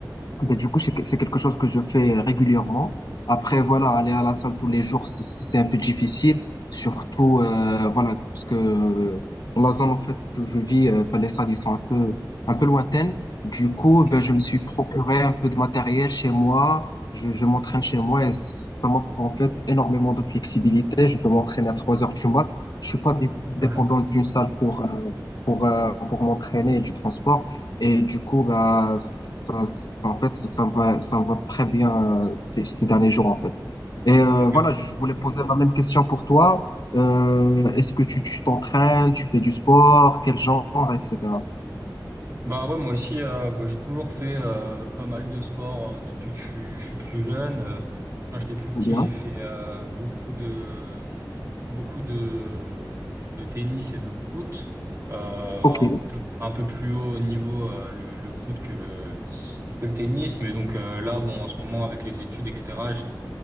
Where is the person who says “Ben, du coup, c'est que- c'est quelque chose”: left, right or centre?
Left